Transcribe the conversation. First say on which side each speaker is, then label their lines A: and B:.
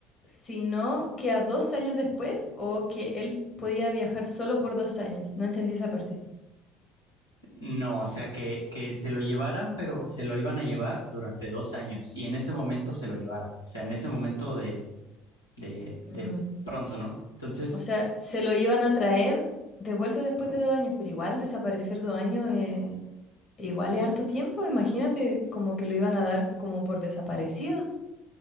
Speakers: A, on the left; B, on the left.
A: sino que a dos años después o que él podía viajar solo por dos años. No entendí esa parte.
B: No, o sea, que, que se lo llevaran, pero se lo iban a llevar durante dos años. Y en ese momento se lo llevaron. O sea, en ese momento de, de, de
A: Mm.
B: pronto, ¿no? Entonces,
A: O sea, se lo iban a traer de vuelta después de dos años, pero igual desaparecer dos años eh, Igual es harto tiempo, imagínate como que lo iban a dar como por desaparecido.